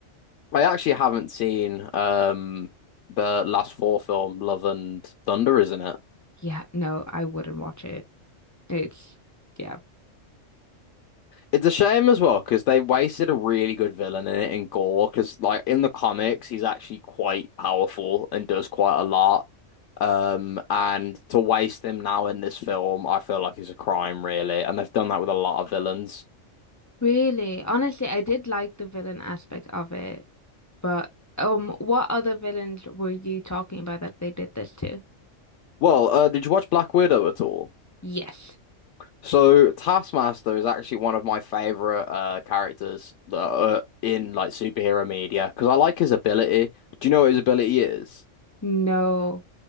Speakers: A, on the left; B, on the left.
A: I actually haven't seen um the last Thor film, Love and Thunder, isn't it?
B: Yeah, no, I wouldn't watch it. It's yeah.
A: It's a shame as well because they wasted a really good villain in it in Gore because like in the comics he's actually quite powerful and does quite a lot. Um, and to waste him now in this film, I feel like is a crime really, and they've done that with a lot of villains.
B: Really? Honestly, I did like the villain aspect of it, but um, what other villains were you talking about that they did this to?
A: Well, uh, did you watch Black Widow at all?
B: Yes.
A: So Taskmaster is actually one of my favorite uh, characters uh, in like superhero media because I like his ability. Do you know what his ability is?
B: No.